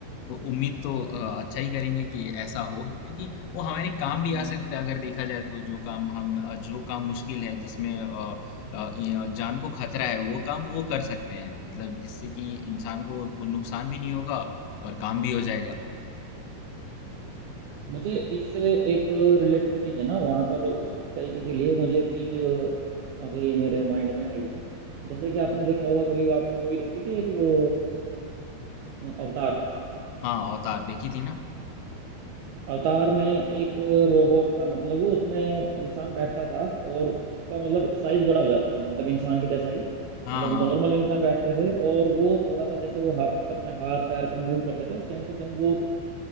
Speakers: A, on the left; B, on the right.
A: उम्मीद तो अ, अच्छा ही करेंगे कि ऐसा हो क्योंकि वो हमारे काम भी
B: हम्म।
A: आ सकता है अगर देखा जाए तो जो काम हम अ, जो काम मुश्किल है जिसमें अ, अ, ये जान को खतरा है वो काम वो कर सकते हैं मतलब जिससे कि इंसान को को नुकसान भी नहीं होगा और काम भी हो जाएगा
B: मुझे इससे एक रिलेटेड चीज है ना वहाँ पर उस तरीके के लिए मुझे एक चीज अभी मेरे माइंड में आई है जैसे कि आपने देखा होगा कभी आपने मूवी देखी थी एक वो अ, अवतार
A: हाँ अवतार देखी थी ना
B: अवतार में एक रोबोट था मतलब वो उसमें इंसान बैठता था और उसका मतलब साइज बड़ा हो जाता था मतलब इंसान के जैसा ही
A: हाँ
B: मतलब
A: हाँ
B: नॉर्मल इंसान बैठते थे और वो थोड़ा सा जैसे वो हाथ अपने हाथ पैर को मूव करते थे सेम टू सेम वो